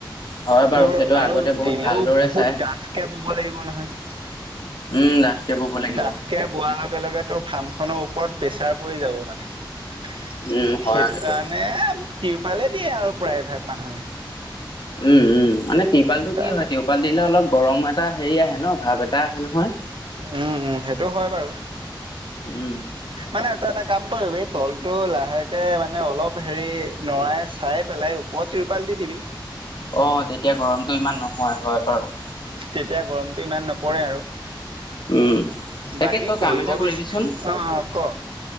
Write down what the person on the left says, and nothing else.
হয় বাৰু
সেইটো
আগতে বহুত
ভালদৰে
চাই
উম ডাঠকে বব লাগিব
উম হয় সেইটো
উম, উম মানে তিৰপাল
টো
কি হয়, তিৰপাল দিলে অলপ গৰম এটা হেৰি আহে ন ভাৱ এটা আহে নহয়
উম
অহ, তেতিয়া গৰমটো ইমান নহয়, হয় বাৰু।
উম তাকে
তই কাম
এটা কৰিবিচোন